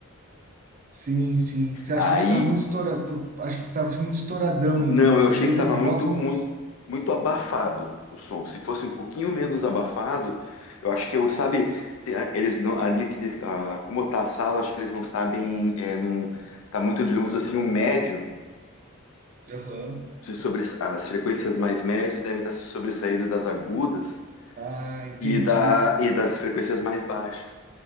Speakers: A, on the right; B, on the left.
A: sim, sim. Você achou
B: Aí
A: que tava muito estourado, acho que tava muito estouradão,
B: Não,
A: então, né?
B: eu
A: Às
B: achei
A: vezes
B: que estava
A: eles botam...
B: muito, muito,
A: f-
B: muito abafado o som. Se fosse um pouquinho menos abafado, eu acho que eu, sabe, tem a- eles não, ali é que eles- ah, como tá a sala, acho que eles não sabem, é, não tá muito, digamos assim, o médio
A: Aham.
B: se sobre as frequências mais médias devem estar se sobressaindo das agudas
A: Ah, entendi,
B: e, da, e das frequências mais baixas.